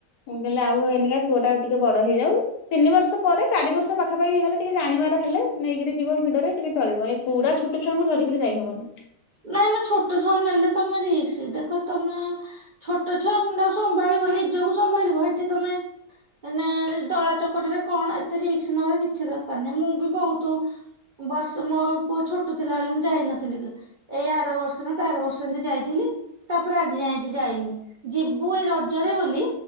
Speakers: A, on the left (about 80°); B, on the right (about 55°).
A: ମୁଁ ବେଲେ ଆଉ ଏନିକା ପୁଅଟା ଟିକେ ବଡ ହେଇଯାଉ ତିନି ବର୍ଷ ପରେ ଚାରି ବର୍ଷ ପାଖାପାଖି ହେଇଗଲେ ଟିକେ ଜାଣିବାର ହେଲେ ନେଇକିରି ଯିବ ଭିଡରେ ଟିକେ ଚଳିବ। ଏ ପୁରା ଛୋ ଛୋଟୋ ଛୁଆଙ୍କୁ ଧରିକିରି ଯାଇହବନି।
B: ନାଇଁ ମ ଛୋଟ ଛୁଆ ନେଲେ ତମେ ରିକ୍ସ। ଦେଖ ତମେ ଛୋଟ ଛୁଆ ପୁଣି ତାକୁ ସମ୍ଭାଳିବ ନିଜକୁ ସମ୍ଭାଳିବ ହେଠି ତମେ ଏନେ ଦଳା ଚକଟିରେ କଣ ଏତେ ରିକ୍ସ ନେବା କିଛି ଦରକାର ନାହିଁ। ମୁଁ ବି ବହୁତୁ ବର୍ଷ ମୋ ପୁଅ ଛୋଟ ଥିଲାବେଳେ ମୁଁ ଯାଇନଥିଲି ଏଇ ଆର ବର୍ଷ ନା ତା ଆର ବର୍ଷ ଏନ୍ତି ଯାଇଥିଲି ତାପରେ ଆଜି ଯାଇ ଏଠି ଯାଇନି ଯିବୁ ଏଇ ରଜରେ ବୋଲି